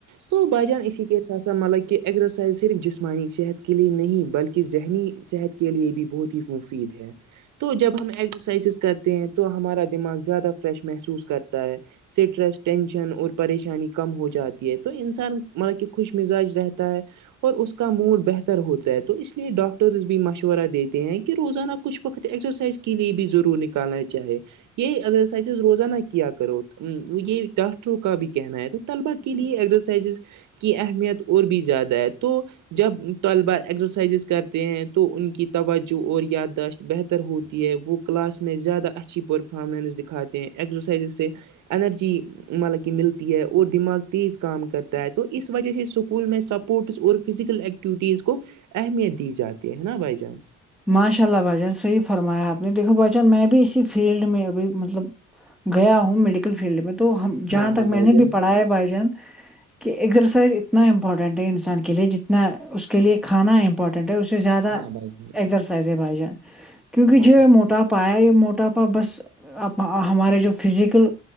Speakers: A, on the right (about 80°); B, in the centre.
A: تو بھائی جان اسی کے س سا ملب کہ ا ایکسزسائز صرف جسمانی صحت کے لیے نہیں بلکہ ذہنی صحت کے لیے بھی بہت ہی مفید ہے تو جب ہم ایکسرسائزز کرتے ہیں تو ہمارا دماغ زیادہ فریش محسوس کرتا ہے اسٹریس ٹینشن اور پریشانی پریشانی کم ہو جاتی ہے تو انسان مطلب کہ خوش مزاج رہتا ہے اور اس کا موڈ بہتر ہوتا ہے تو اس لیے ڈاکٹرز بھی مشورہ دیتے ہیں کہ روزانہ کچھ وقت ایکسرسائز کے لیے بھی ضرور نکالنا چاہے یہ ایکسرسائزز روزانہ کیا کرو یہ ڈاکٹروں کا بھی کہنا ہے تو طلبا کے لیے ایکسزرسائزز کی اہمیت اور بھی زیادہ ہے تو جب طلبہ ایکسرسائزز کرتے ہیں تو ان کی توجہ اور یادداشت بہتر ر ہوتی ہے وہ کلاس میں زیادہ اچھی پرفارمنس دکھاتے ہیں ایکزرسائزز سے انرجی مطلب کہ ملتی ہے اور دماغ تیز کام کرتا ہے تو اس وجہ سے سک اسکول میں سپورٹس اور فزیکل ایکٹیوٹیز کو اہمیت دی جاتی ہے نا بھائی جان
B: ماشاء اللہ بھائی جان صحیح فرمایا آپ نے دیکھو بھائی جان میں بھی اسی فیلڈ میں ابھی مطلب گیا ہوں میڈیکل فیلڈ میں تو جہاں
A: ہاں
B: تک
A: ہاں
B: میں
A: بھائی
B: نے
A: جان
B: بھی پڑھا ہے بائی جان کہ ایکسرسائز اتنا امپورٹینٹ ہے انسان کے لیے جتنا اس کے لیے کھانا امپورٹینٹ ہے سے زیادہ
A: ہاں بھائی جان
B: سائز ہے بھائی جان کیونکہ
A: ہاں
B: جو
A: بھائی
B: موٹا
A: جان،
B: ہوتا یہ موٹاپا بس اب ہمارے جو فزیکل